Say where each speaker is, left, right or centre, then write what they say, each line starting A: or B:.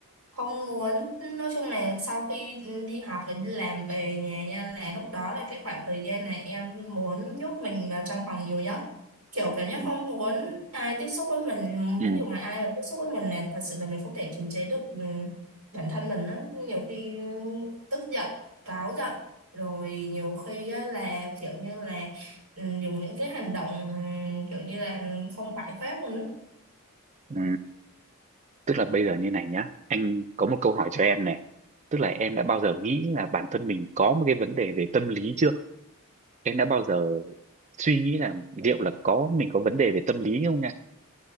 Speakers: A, on the right; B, on the right.
A: không muốn nói chung là sau khi đi học và đi làm về nhà nha là lúc đó là cái khoảng thời gian này em muốn nhốt mình vào trong phòng nhiều nhất kiểu cảm giác
B: ừ
A: không muốn ai tiếp xúc với mình
B: ừ
A: ví dụ mà ai mà tiếp xúc với mình là thật sự là mình không thể kiềm chế được ừ, bản thân mình á nhiều khi tức giận cáu giận rồi nhiều khi á, là kiểu như là ừ, dùng những cái hành động ừ, kiểu như là không phải phép luôn á
B: ừ tức là bây giờ như này nhá anh có một câu hỏi cho em này tức là em đã bao giờ nghĩ là bản thân mình có một cái vấn đề về tâm lý chưa em đã bao giờ suy nghĩ là liệu là có mình có vấn đề về tâm lý không nha